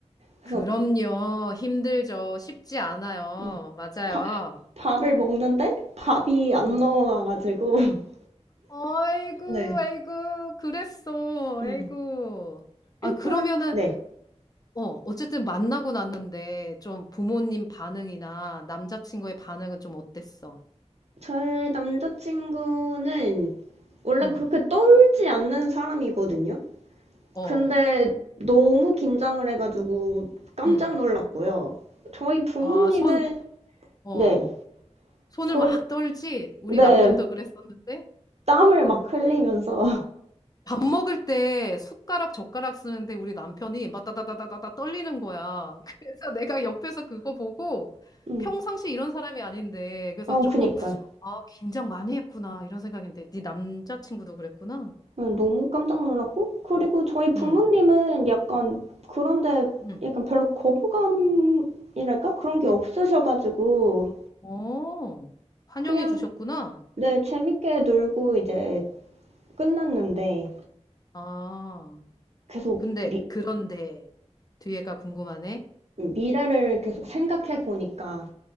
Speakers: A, on the right; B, on the left.
A: 그래서
B: 그럼요. 힘들죠. 쉽지 않아요.
A: 음,
B: 맞아요.
A: 밥, 밥을 먹는데 밥이 안
B: 음.
A: 넘어가가지고. <laughs>
B: 아이고,
A: 네.
B: 아이고, 그랬어. 아이고.
A: 음. 일단,
B: 아, 그러면은,
A: 네.
B: 어, 어쨌든 만나고 났는데, 좀 부모님 반응이나 남자친구의 반응은 좀 어땠어?
A: 저의 남자친구는 원래
B: 응,
A: 그렇게 떨지 않는 사람이거든요.
B: 어,
A: 근데 너무 긴장을 해가지고 깜짝
B: 응.
A: 놀랐고요. 저희 부모님은,
B: 아, 손, 어,
A: 네.
B: 손을
A: 저희,
B: 막 떨지? 우리
A: 네.
B: 남편도 그랬었는데?
A: 땀을 막 흘리면서.
B: 밥 먹을 때 숟가락, 젓가락 쓰는데 우리 남편이 막 따다다다다다 떨리는 거야. <laughs> 그래서 내가 옆에서 그거 보고
A: <laughs> 음.
B: 평상시 이런 사람이 아닌데 그래서
A: 어,
B: 조금
A: 그니까요.
B: 아, 긴장 많이 했구나 이런 생각인데 네 남자친구도 그랬구나.
A: 응, 너무 깜짝 놀랐고, 그리고 저희 부모님은
B: 응,
A: 약간 그런데
B: 응.
A: 약간 별로 거부감이랄까? 그런
B: 미?
A: 게 없으셔가지고,
B: 어, 환영해
A: 그냥,
B: 주셨구나.
A: 네, 재밌게 놀고 이제 끝났는데,
B: 아,
A: 계속
B: 근데
A: 미,
B: 그런데 뒤에가 궁금하네.
A: 미래를 계속 생각해 보니까